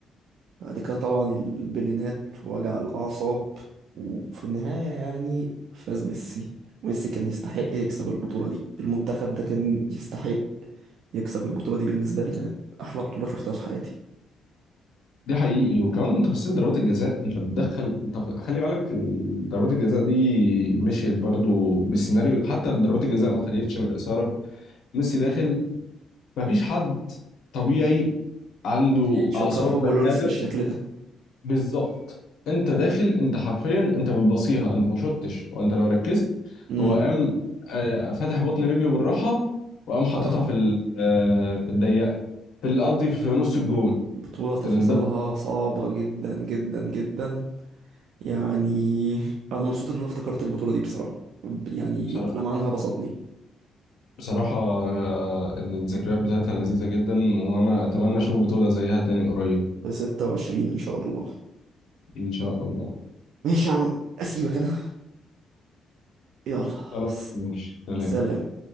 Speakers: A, on the right; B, on the left.
A: بعد كده طبعا البلينات وجع الأعصاب وفي النهاية يعني فاز ميسي ميسي كان يستحق يكسب البطولة دي المنتخب ده كان يستحق يكسب البطولة دي بالنسبة لي كانت أحلى بطولة شفتها في حياتي
B: دي حقيقي وكمان تفاصيل ضربات الجزاء انت بتدخل انت ف- خلي بالك ال- ضربات الجزاء دي مشيت برضو بالسيناريو حتى ضربات الجزاء ما خدتش من الاثاره ميسي داخل مفيش حد طبيعي عنده
A: يشوطها
B: اعصاب
A: في هوجو
B: بني
A: لوريس
B: ادم
A: بالشكل ده
B: بالظبط انت داخل انت حرفيا انت بتبصيها انت ما شطتش وانت لو ركزت
A: امم
B: هو قام آه، فاتح بطن رجله بالراحه وقام حاططها
A: اه
B: في ال- آه، في الضيقه في ال- قصدي في نص الجون
A: بطولة تفاصيلها
B: ال- ده
A: صعبة جدا جدا جدا يعني أنا مبسوط إن أنا افتكرت البطولة دي بصراحة ب- يعني
B: بصراحه
A: لمعانها بسطني
B: بصراحه آه، الذكريات بتاعتها لذيذه جدا وانا اتمنى اشوف بطوله زيها تاني قريب
A: في 26 إن شاء الله
B: ان شاء الله
A: ماشي يا عم أسيبك أنا يلا
B: خلاص
A: س-
B: ماشي سلام
A: سلام